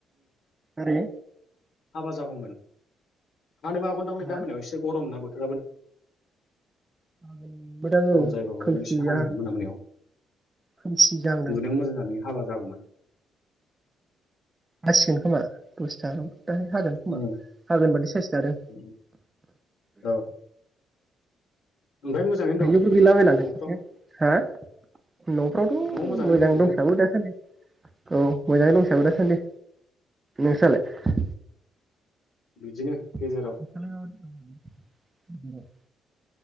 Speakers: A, on the right; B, on the left.
A: ओरै
B: हाबा जागौमोन हानोबो हागौदांलै
A: हा
B: दामोनायाव एसे गरम ना बो <unintelligible>
A: हागोनबोदां औ
B: गरम जायोबा माबा
A: खोमसि
B: एसे
A: जाहां
B: हायोमोन मोना मोनायाव
A: खोमसि जाहांदों।
B: उन्दुनायाव मोजां जानानै हाबा जागौमोन।
A: हासिगोन खोमा दसे थानानै दाहाय हागोन खोमा
B: उम
A: हागोन बादि साइस लादों।
B: उम औ ओमफ्राय मोजाङैनो
A: थाइजौफोर
B: दं
A: गैला बायला नोंसिनिथिं
B: न'फ्राव
A: हा न'फ्रावथ'
B: न'आव मोजाङैनो
A: मोजां
B: दंजोबो
A: दंसाबो दासान्दि औ
B: उम
A: मोजाङै दंसाबो दासान्दि नोंस्रालाय
B: औ बिदिनो
A: <inaudible>
B: गेजेराव